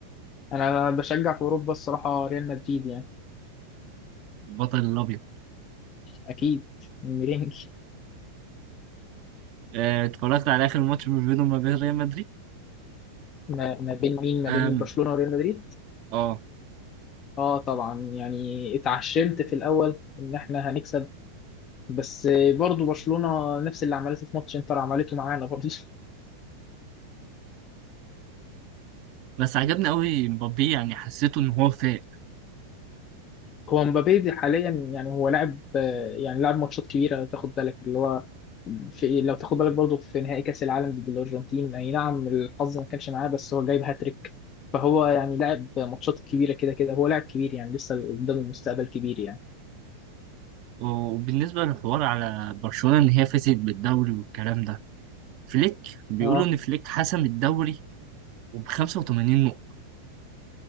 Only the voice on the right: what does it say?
البطل الابيض
آه، اتفرجت على اخر ماتش ما بينهم وما بين ريال مدريد
آم،
اه
بس عجبني قوي مبابي يعني حسيته ان هو فايق
وبالنسبة للحوار على برشلونة إن هي فازت بالدوري والكلام ده فليك بيقولوا
إن فليك حسم الدوري وب 85 نقطة